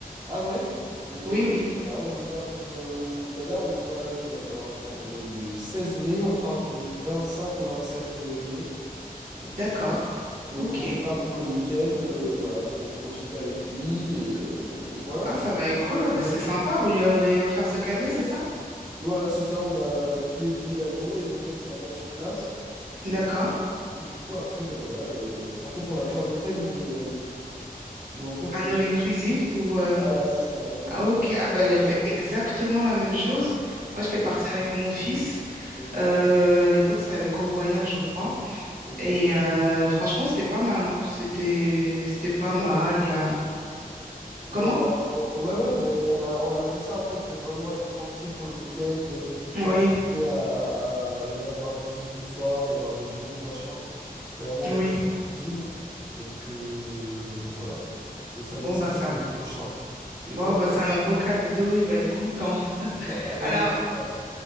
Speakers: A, on the right; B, on the right.
A: Ah ouais? Mais
B: Oui,
A: euh,
B: oui,
A: voilà, on y va pour. euh, Ben là, on y va. euh, Alors attends, on est le 16 mai, on part du vingt cinq au vingt sept mai.
B: d'accord.
A: Donc
B: Ok.
A: on y va pour le week-end, euh, voilà, pour profiter avec lui. Et, euh, et voilà.
B: Ah, ça va être cool. Ah, bah, c'est sympa. Vous lui avez offert ce cadeau, c'est ça?
A: Voilà, c'est ça. On a pris les billets d'avion et l'hôtel là-bas sur place.
B: D'accord.
A: Et du coup, après, ben voilà. euh, En fait, on a pris un hôtel où. euh, où en fait
B: Un all-inclusif ou... euh,
A: Voilà, c'est ça, un Olymp-
B: Ah, ok. Ah, bah, j'ai fait exactement la même chose. Moi, j'étais
A: Ah ouais,
B: partie avec mon fils.
A: ok,
B: Euh, à l'époque, c'était avec Au Voyage, je crois.
A: ok.
B: Et
A: Ouais,
B: euh, franchement, c'était pas mal. hein. C'était... c'était pas
A: ouais,
B: mal.
A: ouais.
B: Il y a...
A: Ben,
B: Comment?
A: on a, on- ouais, ouais, ben, on a, on a pris ça en fait pour vraiment être tranquille pour le week-end, euh,
B: Oui,
A: pas penser à, à, ouais, on va manger où ce soir, ou on va manger où, machin. C'est vraiment
B: oui.
A: exclusive. Donc, euh, donc voilà, c'est, ça va
B: Bon,
A: être ça
B: bah,
A: le,
B: ça...
A: le prochain. Et
B: Bon,
A: toi?
B: bah, c'est un beau cadeau. Il va être content. <laughs>
A: <laughs> Ah oui,
B: alors
A: super.